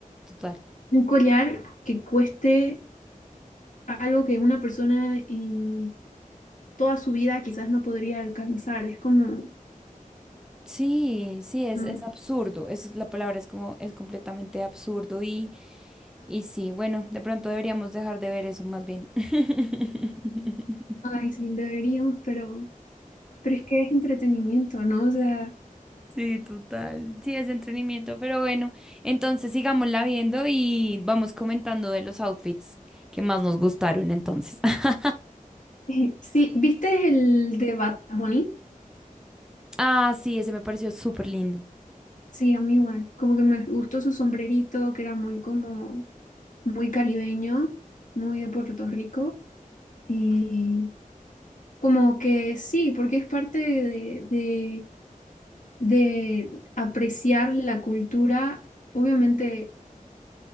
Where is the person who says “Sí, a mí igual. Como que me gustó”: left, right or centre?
Left